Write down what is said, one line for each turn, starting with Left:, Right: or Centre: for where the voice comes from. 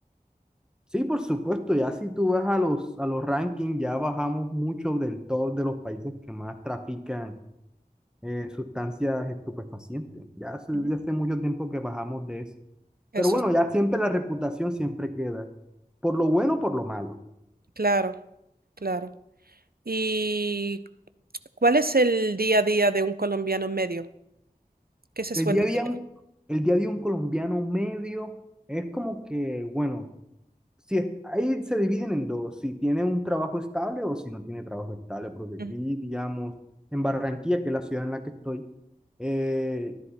Centre: Sí, por supuesto. Ya si tú vas a los, a los rankings, ya bajamos mucho del top de los países que más trafican eh, sustancias estupefacientes. Ya hace,
Right: Ujú.
Centre: ya hace mucho tiempo que bajamos de eso.
Right: Eso
Centre: Pero bueno,
Right: es
Centre: ya siempre la reputación siempre queda, por lo bueno o por lo malo.
Right: claro, claro. ¿Y cuál es el día a día de un colombiano medio? ¿Qué se suele
Centre: El día
Right: hacer?
Centre: a día, un- el día a día un colombiano medio es como que, bueno, si es- ahí se dividen en dos, si tiene un trabajo estable o si no tiene trabajo estable, porque
Right: Ujú.
Centre: aquí, digamos, en Barranquilla, que es la ciudad en la que estoy, eh,